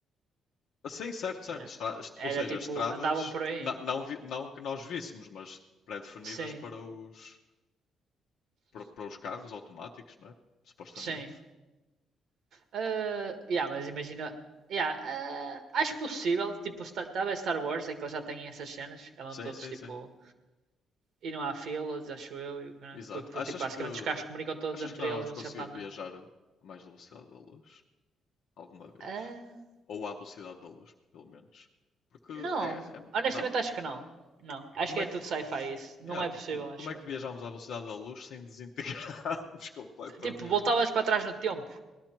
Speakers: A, on the left; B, on the right.
A: Assim, certo, certo.
B: né?
A: estra- est-
B: Era
A: Ou seja,
B: tipo,
A: estradas,
B: andavam por aí.
A: na- não, vi- não que nós víssemos, mas pré-definidas
B: Sim,
A: para os para, para os carros automáticos, não é? Supostamente.
B: sim. Ah, yeah, mas imagina. Yeah, ah, acho possível, tipo, Sta- talvez Star Wars, é que eles já têm essas cenas, que andam
A: Sim,
B: todos
A: sim,
B: tipo.
A: sim.
B: E não há filas, acho eu, e o caralho,
A: Exato.
B: porque, porque,
A: Achas
B: tipo, basicamente
A: que
B: os carros comunicam todos
A: achas
B: entre
A: que nós
B: eles,
A: vamos
B: vão
A: conseguir
B: sempre a andar.
A: viajar a mais velocidade da luz alguma vez?
B: Ah,
A: Ou à velocidade da luz, pelo menos? Porque
B: não,
A: é, é-
B: honestamente
A: não?
B: acho que não. Não, acho
A: Como
B: que
A: é
B: é tudo
A: que
B: sci-fi isso. Não
A: yeah,
B: é
A: tipo,
B: possível,
A: como,
B: acho
A: como é
B: eu.
A: que viajamos à velocidade da luz sem desintegrarmos <laughs> completamente?
B: Tipo, voltavas para trás no tempo.